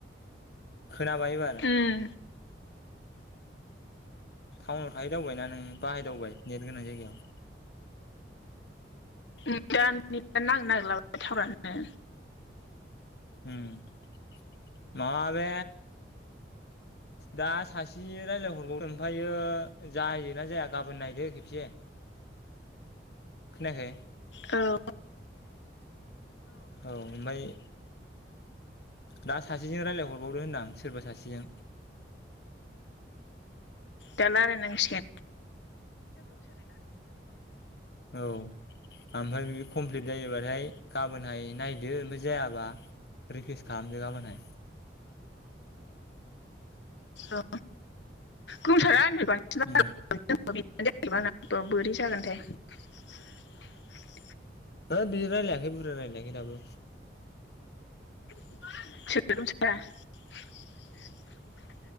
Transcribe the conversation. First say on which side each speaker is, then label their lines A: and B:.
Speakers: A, on the left; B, on the left.
A: खोनाबाय एबार
B: उम
A: थाउनाव थायो दावबायना नों बाहायदावबाय नेट गोनां जायगायाव
B: उम दा नेट आनो नांनोगिरला टावारानो
A: उम माबे दा सासे रायज्लायहरबावो ओमफ्रायो जायोना जाया गाबोन नायदो खेबसे खोनायाखै?
B: औ
A: औ ओमफाय दा सासेजों रायलाय हरबावदो होनदां सोरबा सासेजों
B: दा लायरायनांसिगोन।
A: औ ओमफ्राय बे कमप्लिट जायोबा ओमफ्राय गाबोनहाय नायदो ओमफ्राय जायाबा रिकुइस्ट खालामदो गाबोनहाय
B: औ गंथारा आङो <unintelligible>
A: ओम
B: <unintelligible> बोरै जागोनथाय
A: हो बिदि रायलायाखै बुरजा रायलायाखै दाबो
B: <unintelligible>